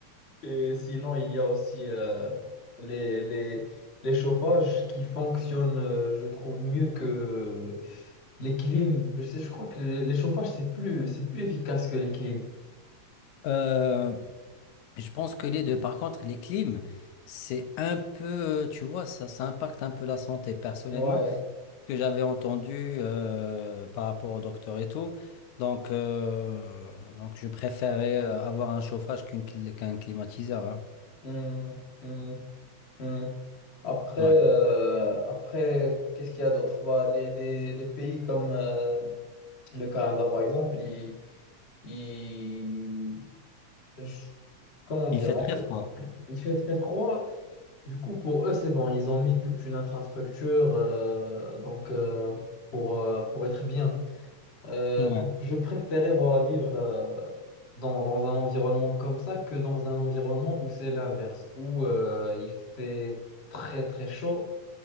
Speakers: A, on the left; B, on the left.
A: et sinon, il y a aussi euh, les, les, les chauffages qui fonctionnent, euh, je trouve, mieux que les clims. Je sais, je crois que les les chauffages, c'est plus, c'est plus efficace que les clims.
B: Euh, je pense que les deux, par contre, les clims, c'est un peu, tu vois, ça, ça impacte un peu la santé. Personnellement,
A: Ouais.
B: ce que j'avais entendu euh, par rapport au docteur et tout, donc, euh, donc je préférais euh, avoir un chauffage qu'une cli- qu'un climatiseur. hein.
A: Hmm, hmm. Hmm. Après,
B: Ouais.
A: euh, après qu'est-ce qu'il y a d'autre? Bah, les, les- les pays comme euh, le Canada, par exemple, il, il- je- comment dire?
B: Il fait très
A: En fait,
B: froid.
A: il fait très froid. Du coup, pour eux, c'est bon. Ils ont mis toute une infrastructure euh, donc, euh, pour, euh, pour être bien. Euh,
B: Ouais.
A: donc, je préférais voilà, vivre euh, dans, dans un environnement comme ça que dans un environnement où c'est l'inverse, où euh, il fait très, très chaud.